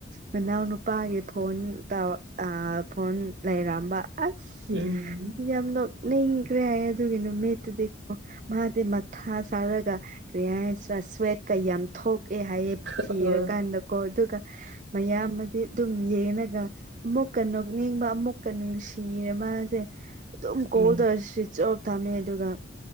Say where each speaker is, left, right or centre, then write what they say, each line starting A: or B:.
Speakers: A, on the right; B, on the right.
A: ꯃꯅꯥꯎ ꯅꯨꯄꯥꯒꯤ ꯐꯣꯟ ꯇꯧ ꯑꯥ ꯐꯣꯟ ꯂꯩꯔꯝꯕ ꯑꯁ
B: ꯎꯝ
A: ꯌꯥꯝꯅ ꯅꯣꯛꯅꯤꯡꯒꯔꯦ ꯍꯥꯏꯌꯦ ꯑꯗꯨꯒꯤ ꯅꯨꯃꯤꯠꯇꯨꯗꯤꯀꯣ ꯃꯥꯗꯤ ꯃꯊꯥ ꯁꯥꯔꯒ ꯀꯔꯤ ꯍꯥꯏꯔꯁꯤꯔꯥ ꯁ꯭ꯋꯦꯠꯀ ꯌꯥꯝ ꯊꯣꯛꯑꯦ ꯍꯥꯏꯌꯦ ꯊꯤꯔꯀꯥꯟꯗꯀꯣ
B: ꯑꯥ
A: ꯑꯗꯨꯒ ꯃꯌꯥꯝꯕꯗꯤ ꯑꯗꯨꯝ ꯌꯦꯡꯉꯒ ꯑꯃꯨꯛꯀ ꯅꯣꯛꯅꯤꯡꯕ ꯑꯃꯨꯛꯀ ꯅꯨꯡꯁꯤꯌꯦ ꯃꯥꯖꯦ ꯑꯗꯨꯝ ꯀꯣꯜ
B: ꯎꯝ
A: ꯇꯧꯔ ꯁ꯭ꯋꯤꯆ ꯑꯣꯐ ꯇꯝꯃꯦ ꯑꯗꯨꯒ